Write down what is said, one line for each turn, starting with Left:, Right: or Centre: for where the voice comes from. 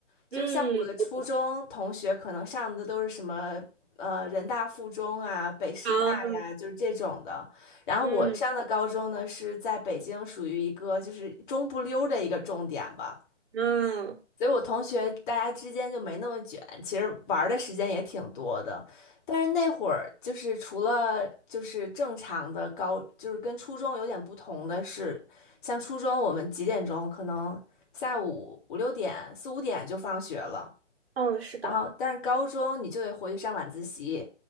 Left: 就是像我的初中同学，
Right: 嗯
Left: 可能上的都是什么呃人大附中啊、北师大呀，
Right: 啊
Left: 就是这种的。然后我上的高中呢是在北京，
Right: 嗯
Left: 属于一个就是中不溜儿的一个重点吧。
Right: 嗯
Left: 所以我同学大家之间就没那么卷，其实玩儿的时间也挺多的。但是那会儿就是除了就是正常的高，就是跟初中有点不同的是，像初中我们几点钟可能下午五六点四五点就放学了，
Right: 嗯，是的，
Left: 然后但是高中你就得回去上晚自习，